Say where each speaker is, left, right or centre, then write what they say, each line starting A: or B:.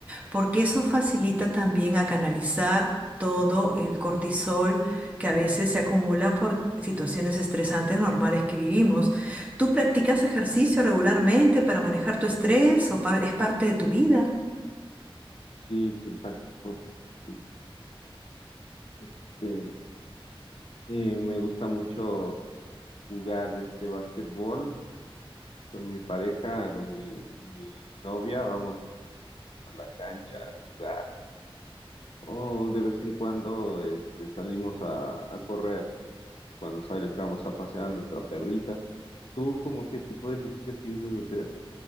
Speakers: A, on the right; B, on the left.
A: porque eso facilita también a canalizar todo el cortisol que a veces se acumula por situaciones estresantes normales que vivimos. ¿Tú practicas ejercicio regularmente para manejar tu estrés o par- es parte de tu vida?
B: Sí, sí, practico ejercicio. Este, eh, me gusta mucho jugar este básquetbol con mi pareja, con mi, con mi novia, vamos a la cancha a jugar. O de vez en cuando este, salimos a, a correr. cuando salgamos a pasear a nuestra perrita. ¿Tú como qué tipo de ejercicio piensas hacer?